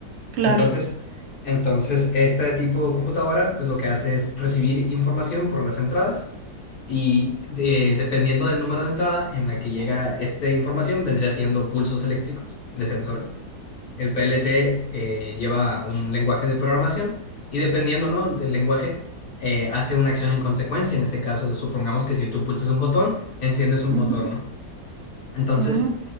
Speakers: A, on the right; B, on the left.
A: claro.
B: Entonces, entonces este tipo de computadora, pues lo que hace es recibir información por las entradas y de- dependiendo del número de entrada en la que llega esta información, vendría siendo pulsos eléctricos de sensores. El PLC eh, lleva un lenguaje de programación y dependiendo, ¿no? del lenguaje, eh, hace una acción en consecuencia. En este caso, supongamos que si tú pulsas un botón, enciendes un
A: Ujú.
B: motor, ¿no? Entonces,
A: Mm,